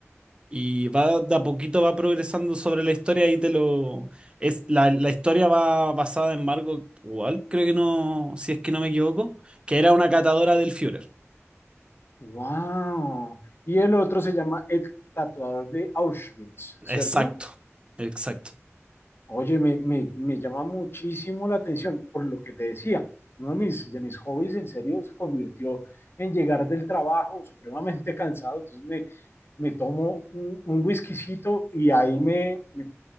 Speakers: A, on the right; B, on the left.
A: Y va de a poquito va progresando sobre la historia y te lo es la, la historia va basada en Margot Wall, creo que no, si es que no me equivoco, que era una catadora del Führer.
B: Wow. Y el otro se llama El tatuador de Auschwitz, ¿cierto?
A: Exacto, exacto.
B: Oye, me, me- me llama muchísimo la atención por lo que te decía. Uno de mis, de mis hobbies en serio se convirtió en llegar del trabajo supremamente <laughs> cansado. Entonces me, me tomo un, un whiskycito y ahí me, me,